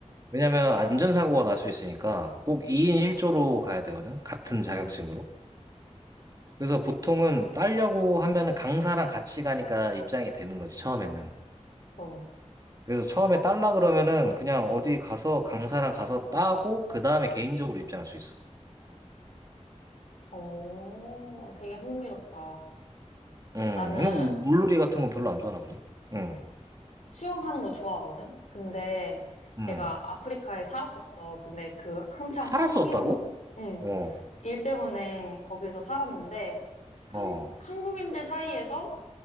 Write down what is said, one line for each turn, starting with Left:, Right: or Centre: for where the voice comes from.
Right: 왜냐면 안전사고가 날 수 있으니까 꼭 2인 1조로 가야 되거든. 같은 자격증으로.
Left: 응,
Right: 그래서 보통은 따려고 하면은 강사랑 같이 가니까 입장이 되는 거지, 처음에는.
Left: 어.
Right: 그래서 처음에 딸라 그러면은 그냥 어디 가서 강사랑 가서 따고 그 다음에 개인적으로 입장할 수 있어.
Left: 오, 되게 흥미롭다.
Right: 음,
Left: 나는
Right: 음, 뭐 물놀이 같은 건 별로 안 좋아하나 보네. 음,
Left: 수영하는 거 좋아하거든? 근데
Right: 음.
Left: 내가 아프리카에 살았었어. 근데 그 한창 한국인,
Right: 살았었다고?
Left: 응,
Right: 어,
Left: 일 때문에 거기서 살았는데, 한,
Right: 어,
Left: 한국인들 사이에서